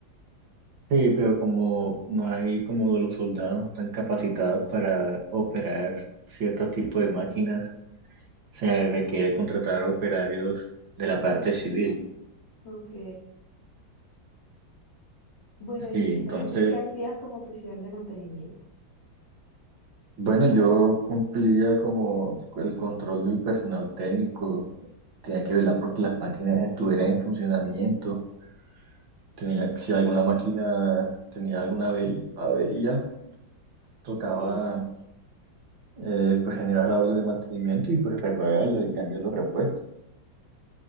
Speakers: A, on the right (about 80°); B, on the left (about 65°).
A: Sí, pero como no hay como los soldados tan capacitados para operar ciertos tipos de máquinas, se requiere contratar operarios de la parte civil.
B: Ok, bueno, y
A: Sí,
B: entonces,
A: entonces.
B: ¿qué hacías como oficial de mantenimiento?
A: Bueno, yo cumplía como el control del personal técnico, tenía que velar porque las máquinas estuvieran en funcionamiento, tenía que, si alguna máquina tenía alguna averi- avería, tocaba
B: Sí,
A: eh, pues generar la orden de mantenimiento y pues repararla y cambiar los repuestos.